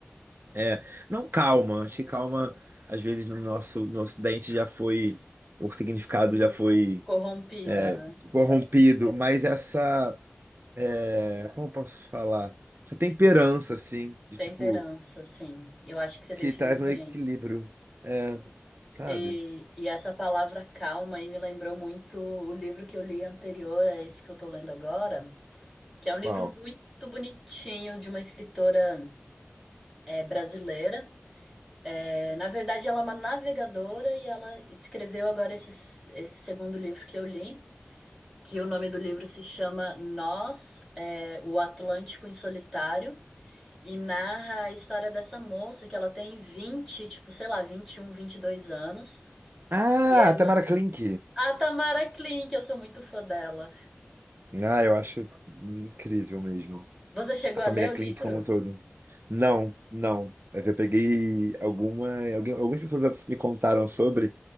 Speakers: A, on the right; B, in the centre.
A: É, não calma, acho que calma, às vezes, no nosso, no Ocidente já foi, o significado já foi
B: Corrompido,
A: é,
B: né?
A: corrompido, mas essa, é, como eu posso falar? Essa temperança, assim, de
B: Temperança,
A: tipo,
B: sim. Eu acho que você
A: que
B: definiu
A: traz
B: bem.
A: um equilíbrio, é, sabe?
B: E, e essa palavra calma aí me lembrou muito o livro que eu li anterior a esse que eu tô lendo agora, que é um livro
A: Qual?
B: muito bonitinho de uma escritora é, brasileira. É, na verdade, ela é uma navegadora e ela escreveu agora esse, s- esse segundo livro que eu li, que o nome do livro se chama Nós, é, o Atlântico em Solitário. E narra a história dessa moça que ela tem 20 tipo, sei lá, um 21, dois anos.
A: Ah,
B: E ela.
A: Tamara Klink.
B: A Tamara Klink, eu sou muito fã dela.
A: Ah, eu acho incrível mesmo.
B: Você chegou
A: A família
B: a ler o
A: Klink
B: livro?
A: como um todo. Não, não. Mas eu peguei alguma, alguém- algumas pessoas me contaram sobre,